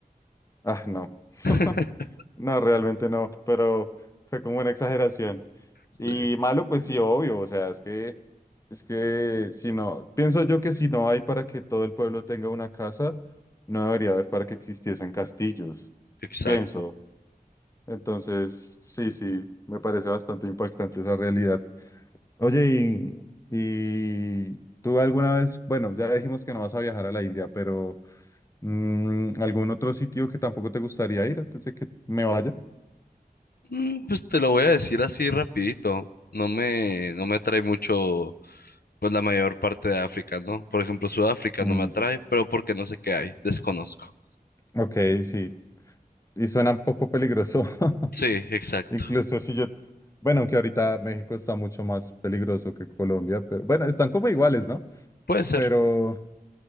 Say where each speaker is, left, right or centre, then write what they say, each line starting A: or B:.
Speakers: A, on the left (about 20°); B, on the left (about 80°).
A: ah, no,
B: <laughs>
A: <laughs> no, realmente no, pero fue como una exageración.
B: Sí,
A: Y malo, pues sí, obvio, o sea, es que, es que si no, pienso yo que si no hay para que todo el pueblo tenga una casa, no debería haber para que existiesen castillos,
B: exacto.
A: pienso, Entonces, sí, sí, me parece bastante impactante esa realidad. Oye, y, y tú alguna vez, bueno, ya dijimos que no vas a viajar a la India, pero mm, ¿algún otro sitio que tampoco te gustaría ir antes de que me vaya?
B: Mm, Pues te lo voy a decir así rapidito. No me, no me atrae mucho, pues la mayor parte de África, ¿no? Por ejemplo, Sudáfrica
A: Mm,
B: no me atrae, pero porque no sé qué hay, desconozco.
A: ok, sí. Y suena un poco peligroso. <laughs>
B: Sí, exacto.
A: Incluso si yo, bueno, aunque ahorita México está mucho más peligroso que Colombia, pero bueno, están como iguales, ¿no?
B: Puede ser.
A: Pero,